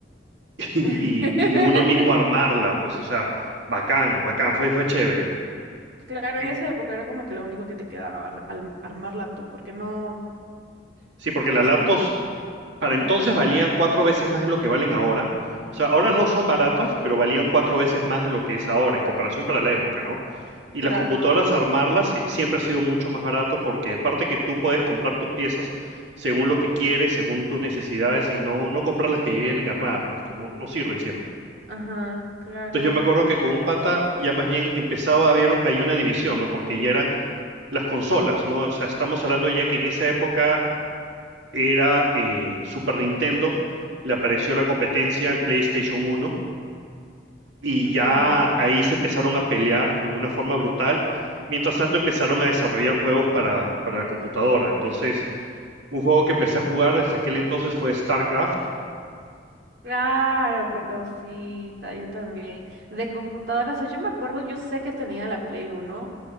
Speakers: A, on the right (about 85°); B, on the right (about 65°).
A: y,
B: <laughs>
A: y uno mismo armarla, pues, o sea, bacán, bacán, fue, fue chévere.
B: Claro,
A: Y-
B: en esa época era como que lo único que te quedaba, ar- al- armarla tú, porque no,
A: Sí, porque las
B: o sea,
A: laptops
B: n-
A: para entonces
B: ujú.
A: valían cuatro veces más de lo que valen ahora. O sea, ahora no son baratas, pero valían cuatro veces más de lo que es ahora, en comparación para la época, ¿no? Y
B: Claro,
A: las computadoras, armarlas, eh, siempre ha sido mucho más barato porque aparte que tú puedes comprar tus piezas según lo que quieres, según tus necesidades y no, no comprar las que vienen armadas, pues que no, no sirven siempre.
B: ajá, claro.
A: Entonces yo me acuerdo que con un pata ya más bien empezaba a haber, hay una división, ¿no? Porque ya eran las consolas, ¿no? O sea, estamos hablando ya que en esa época era eh, Super Nintendo, le apareció la competencia al PlayStation 1 y
B: ujú.
A: ya ahí se empezaron a pelear en una forma brutal. Mientras tanto empezaron a desarrollar juegos para, para la computadora. Entonces, un juego que empecé a jugar desde aquel entonces fue StarCraft.
B: Claro, pecausita, yo también. De computadoras, o sea, yo me acuerdo, yo sé que tenía la Play Uno,